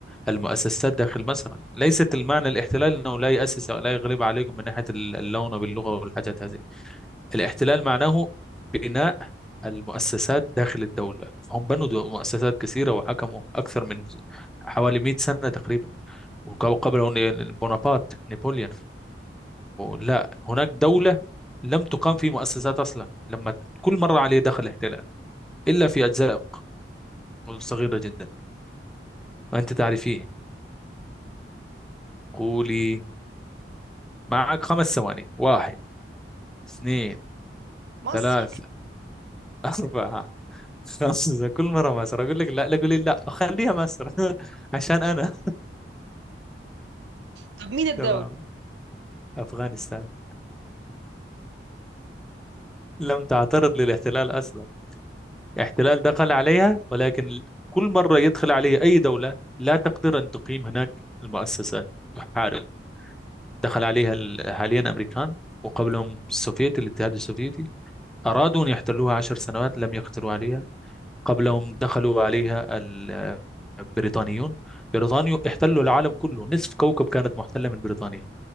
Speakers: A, in the centre; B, on the right.
A: المؤسسات داخل مصر ليست المعنى الاحتلال أنه لا يؤسس أو لا يغلب عليكم من ناحية ال- اللون باللغة والحاجات هذه الاحتلال معناه بناء المؤسسات داخل الدولة هم بنوا دو- مؤسسات كثيرة وحكموا أكثر من حوالي 100 سنة تقريبا وقبل بونابرت نابليون لا هناك دولة لم تقام في مؤسسات أصلا لما كل مرة عليه دخل احتلال إلا في أجزاء صغيرة جدا وأنت تعرفيه قولي معك خمس ثواني واحد اثنين
B: مصر
A: ثلاثة أربعة خمسة كل مرة مصر أقول لك لا لا قولي لا خليها مصر <laughs> عشان أنا
B: طب
A: <laughs>
B: مين الدولة
A: تمام أفغانستان لم تعترض للاحتلال أصلا احتلال دخل عليها ولكن كل مرة يدخل عليها أي دولة لا تقدر أن تقيم هناك المؤسسات تحارب دخل عليها ال- حاليا أمريكان وقبلهم السوفيت الاتحاد السوفيتي أرادوا أن يحتلوها عشر سنوات لم يقدروا عليها قبلهم دخلوا عليها ال- البريطانيون بريطانيا احتلوا العالم كله نصف كوكب كانت محتلة من بريطانيا